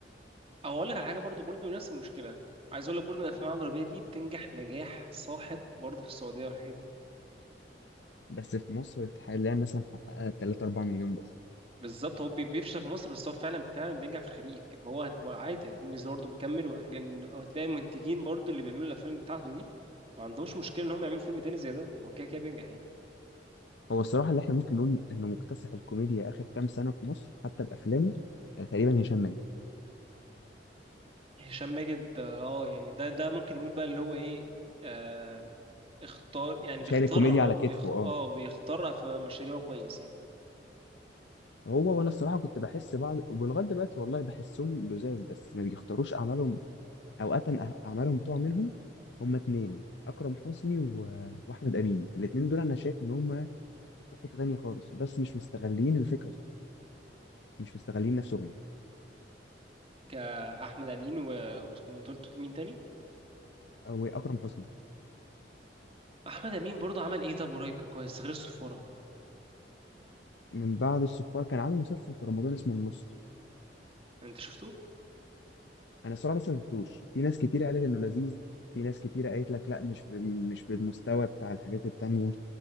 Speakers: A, on the right; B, on the left.
A: او اقول لك على حاجه برضو برضو نفس المشكله عايز اقول لك برضو ان الافلام العربيه دي بتنجح نجاح ساحق برضو في السعوديه والحاجات دي
B: بس في مصر حاليا مثلا حققها 3 4 مليون بس
A: بالظبط هو بي- بيفشل في مصر بس هو فعلا فعلا بينجح في الخليج فهو هتبقى عادي هتبقى بالنسبه برضه مكمل و- لان هتلاقي المنتجين برضو اللي بيعملوا الافلام بتاعته دي ما عندهمش مشكله ان هم يعملوا فيلم تاني زي ده ما هو كده كده بينجح يعني
B: هو الصراحه اللي احنا ممكن نقول انه مكتسح الكوميديا اخر كام سنه في مصر حتى بافلامه آه، تقريبا هشام ماجد
A: هشام ماجد اه يعني ده ده ممكن نقول بقى اللي هو ايه آه اختار يعني
B: شايل
A: بيختار
B: الكوميديا على
A: بيخت...
B: كتفه
A: اه
B: اه
A: بيختار في مشاريعه كويس يعني
B: هو وانا الصراحه كنت بحس بعض ولغايه دلوقتي والله بحسهم لزاز بس ما بيختاروش اعمالهم اوقات أنا- اعمالهم بتوع منهم هما اتنين اكرم حسني و... واحمد امين الاتنين دول انا شايف ان هما في حته تانيه خالص بس مش مستغلين الفكره صح مش مستغلين نفسهم
A: آه، احمد امين و... واسمه انت قلت مين تاني
B: او اكرم حسني
A: احمد امين برضه عمل ايه طب قريب كان كويس غير الصفاره
B: من بعد الصفار كان عامل مسلسل في رمضان اسمه النص
A: انت شفته
B: انا الصراحه لسه ما شفتوش في ناس كتير قالت انه لذيذ في ناس كتير قالت لك لا مش ب... مش بالمستوى بتاع الحاجات التانيه